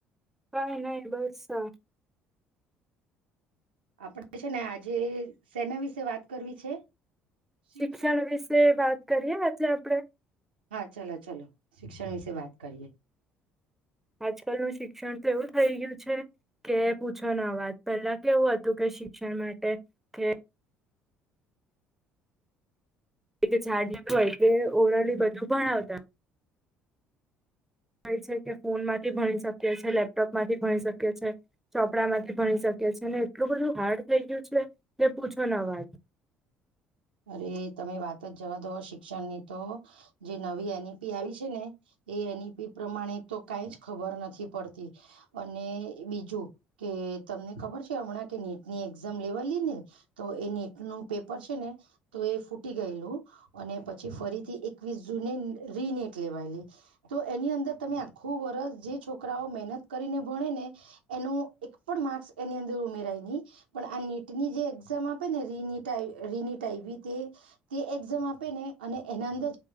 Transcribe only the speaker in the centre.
કઈ નહી બસ આ
શિક્ષણ વિશે વાત કરીએ આજે આપડે
આજકાલ નું શિક્ષણ તો એવું થઈ ગયું છે. કે પૂછો ન વાત પેલા કેવું હતું કે શિક્ષણ માટે કે એ છાડું હોય કે ઓરલી બધું ભણાવતા ક છે કે ફોન માંથી ભણી શકી છે લેપટોપ માંથી ભણી શકીએ છે ચોપડા માંથી ભણી શકે ને એટલું બધું હાર્ડ થઈ ગયું છે પૂછો ન વાજ